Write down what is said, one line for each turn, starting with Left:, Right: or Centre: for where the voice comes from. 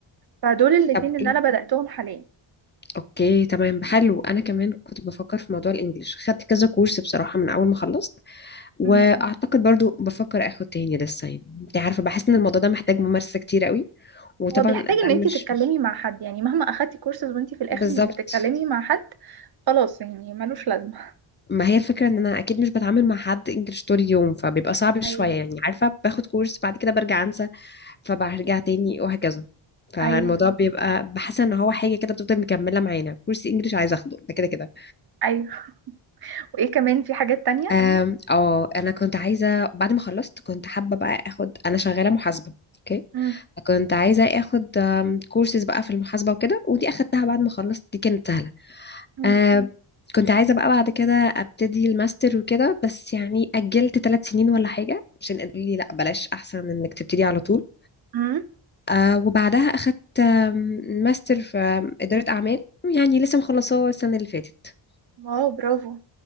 Right: فدول الاتنين
Left: طب
Right: اللي
Left: ايه
Right: أنا بدأتهم حاليا
Left: اوكي تمام حلو انا كمان كنت بفكر في موضوع الانجليش خدت كذا كورس بصراحه من اول ما خلصت واعتقد
Right: مم.
Left: برضو بفكر اخد تاني لسه يعني انت عارفه بحس ان الموضوع ده محتاج ممارسه كتير قوي وطبعا
Right: هو بيحتاج
Left: ده
Right: إن
Left: مش
Right: أنتي تتكلمي مع حد يعني مهما أخدتي كورسز وأنتي في الآخر
Left: بالظبط
Right: مش بتتكلمي مع حد خلاص يعني ملوش لازمة
Left: ما هي الفكرة ان انا اكيد مش بتعامل مع حد انجلش طول اليوم فبيبقى صعب شوية
Right: ايوه
Left: يعني عارفة باخد كورس بعد كده برجع انسى فبرجع تاني وهكذا فالموضوع
Right: أيوه
Left: بيبقى بحس ان هو حاجة كده بتفضل مكملة معانا كورس انجلش عايزة اخده ده كده كده
Right: أيوه وإيه كمان في حاجات تانية؟
Left: أم، اه انا كنت عايزة بعد ما خلصت كنت حابة بقى اخد انا شغالة محاسبة اوكي
Right: مم.
Left: كنت عايزة اخد كورسز بقى في المحاسبة وكده ودي اخدتها بعد ما خلصت دي كانت سهلة
Right: مم.
Left: آه كنت عايزة بقى بعد كده أبتدي الماستر وكده بس يعني أجلت ثلاث سنين ولا حاجة عشان قالوا لي لأ بلاش أحسن من إنك تبتدي على طول
Right: مم.
Left: آه وبعدها أخدت آم، ماستر في آم، إدارة أعمال يعني لسه مخلصاه السنة اللي فاتت
Right: واو برافو